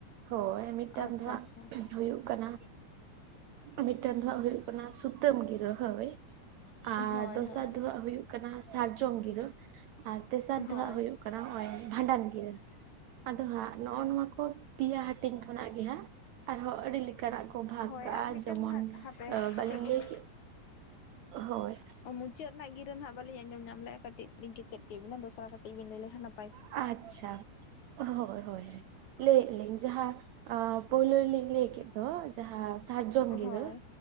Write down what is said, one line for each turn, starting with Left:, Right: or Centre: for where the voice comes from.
Right: ᱦᱳᱭ ᱢᱤᱫᱴᱟᱝ
Left: ᱟᱪᱪᱷᱟ
Right: ᱫᱚ ᱦᱟᱸᱜ
Left: ᱟᱪᱪᱷᱟ
Right: ᱦᱩᱭᱩᱜ ᱠᱟᱱᱟ ᱢᱤᱫᱴᱟᱱ ᱫᱚ ᱦᱟᱸᱜ ᱦᱩᱭᱩᱜ ᱠᱟᱱᱟ ᱥᱩᱛᱟᱹᱢ ᱜᱤᱨᱟᱹ ᱦᱳᱭ᱾ ᱟᱨ
Left: ᱦᱳᱭ
Right: ᱫᱚᱥᱟᱨ
Left: ᱦᱳᱭ
Right: ᱫᱚ ᱦᱟᱜ ᱦᱩᱭᱩᱜ ᱠᱟᱱᱟ ᱥᱟᱨᱡᱚᱢ ᱜᱤᱨᱟᱹ ᱟᱨ ᱛᱮᱥᱟᱨ
Left: ᱦᱳᱭ
Right: ᱫᱚ ᱦᱟᱸᱜ ᱦᱩᱭᱩᱜ ᱠᱟᱱᱟ ᱠᱟᱱᱟ ᱦᱚᱸᱜ-ᱚᱭ ᱵᱷᱟᱰᱟᱱ ᱜᱤᱨᱟᱹ᱾ ᱟᱫᱚ ᱦᱟᱸᱜ ᱱᱚᱜᱼᱚ ᱱᱚᱣᱟ ᱠᱚ ᱯᱤᱭᱟ ᱦᱟᱹᱴᱤᱧ ᱠᱷᱚᱱᱟᱜ ᱜᱮ ᱦᱟᱸᱜ ᱟᱨᱦᱚᱸ ᱟᱹᱰᱤ ᱞᱮᱠᱟᱱᱟᱜ ᱠᱚ
Left: ᱦᱳᱭ
Right: ᱠᱟᱜ-ᱟ
Left: ᱟᱨ ᱢᱤᱫᱴᱟᱝ
Right: ᱡᱮᱢᱚᱱ
Left: ᱱᱟᱜ ᱦᱟᱯᱮ
Right: ᱚ ᱵᱟᱹᱞᱤᱧ
Left: ᱠᱟᱹᱴᱤᱡ ᱞᱤᱧ
Right: ᱞᱟᱹᱭ ᱠᱮᱫ ᱦᱳᱭ᱾
Left: ᱚ ᱢᱩᱪᱟᱹᱫ ᱨᱮᱱᱟᱜ ᱜᱤᱨᱟᱹ ᱱᱟᱦᱟᱜ ᱵᱟᱞᱤᱧ ᱟᱸᱚᱢ ᱧᱟᱢ ᱞᱮᱜ-ᱟ ᱠᱟᱹᱴᱤᱡ ᱞᱤᱧ ᱠᱮᱪᱮᱫ ᱠᱮᱫ ᱵᱤᱱᱟ, ᱫᱚᱥᱨᱟ ᱠᱟᱹᱴᱤᱡ ᱵᱤᱱ ᱞᱟᱹᱭ ᱞᱮᱠᱷᱟᱱ ᱱᱟᱯ
Right: ᱟᱪᱪᱷᱟ, ᱦᱳᱭ ᱦᱳᱭ ᱞᱟᱹᱭᱮᱜ ᱞᱤᱧ ᱡᱟᱦᱟᱸ ᱚ ᱯᱚᱭᱞᱳ ᱨᱮᱞᱤᱧ ᱞᱟᱹᱭ ᱠᱮᱫ ᱫᱚ ᱡᱟᱦᱟᱸ ᱥᱟᱨᱡᱚᱢ ᱜᱤᱨᱟᱹ
Left: ᱦᱳᱭ